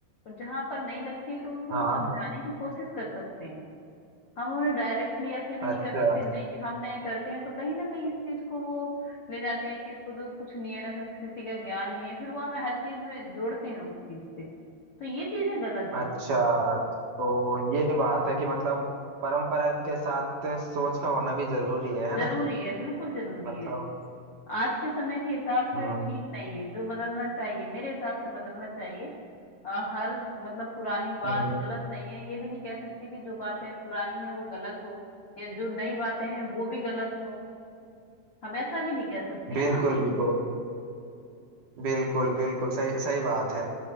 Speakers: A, on the left (about 65°); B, on the right (about 65°).
A: और जहां पर नहीं लगती है तो उनको
B: हाँ
A: हम समझाने की कोशिश कर सकते हैं हम उन्हें डायरेक्टली ऐसे भी नहीं
B: अच्छा
A: कर सकते नहीं हम नहीं करते हैं तो कहीं ना कहीं इस चीज को वो ले जाते हैं कि इसको तो कुछ नहीं है ना संस्कृति का ज्ञान नहीं है फिर वो हमें हर चीज में जोड़ते हैं उस चीज से तो ये चीजें गलत
B: अच्छा
A: हैं
B: तो ये बात है कि मतलब परंपरा के साथ सोच का होना भी जरूरी है है
A: जरूरी
B: ना
A: है बिल्कुल जरूरी
B: मतलब
A: है आज के समय के हिसाब
B: हम्म
A: से ठीक नहीं है जो बदलना चाहिए मेरे हिसाब से बदलना चाहिए अ, हर मतलब पुरानी बात
B: हम्म,
A: गलत नहीं है ये भी नहीं कह सकती कि जो बातें पुरानी है वो गलत हो या जो नई बातें हैं वो भी गलत हो हम ऐसा भी नहीं कह सकते है
B: बिल्कुल
A: ना
B: बिल्कुल बिल्कुल बिल्कुल सही सही बात है